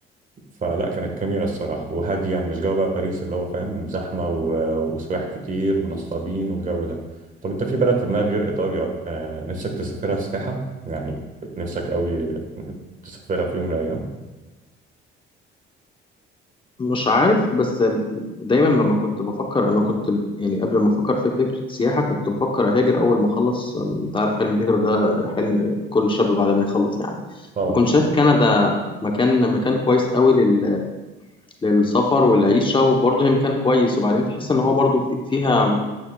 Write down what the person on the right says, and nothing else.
فلا كانت جميله الصراحه وهاديه مش جو بقى باريس اللي هو فاهم زحمه و- وسياح كتير ونصابين والجو ده طب انت في بلد في دماغك غير ايطاليا آه نفسك تسافرها سياحه يعني نفسك قوي تسافرها في يوم من الايام
طبعا